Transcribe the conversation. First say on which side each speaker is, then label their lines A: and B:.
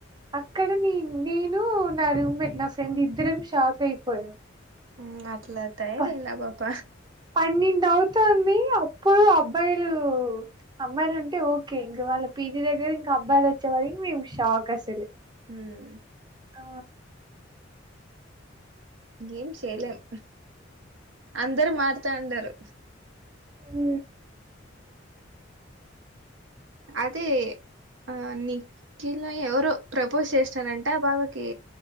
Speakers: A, on the right; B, on the right.
A: అక్కడ నేను నేన్ ను నా రమ్మెంట్ నా ఫ్రెండ్ ఇద్దరం షాక్ అయిపోయాం
B: మ్ అట్లా తయారయింది
A: బా
B: ఆ పాప
A: పన్నెండు అవుతుంది అప్పుడు అబ్బాయిలు అమ్మాయిలు అంటే ఓకే ఇంక వాళ్ళ పీజీ దగ్గర ఇంకా అబ్బాయిలు వచ్చే వరకి మేము షాక్ అసలు
B: మ్
A: ఆ
B: ఇంగేమ్ చేయలేం అందరు మారుతా ఉన్నారు
A: మ్
B: అదే ఆ ని ఖిలా ఎవరు ప్రపోజ్ చేస్తారంట బావకి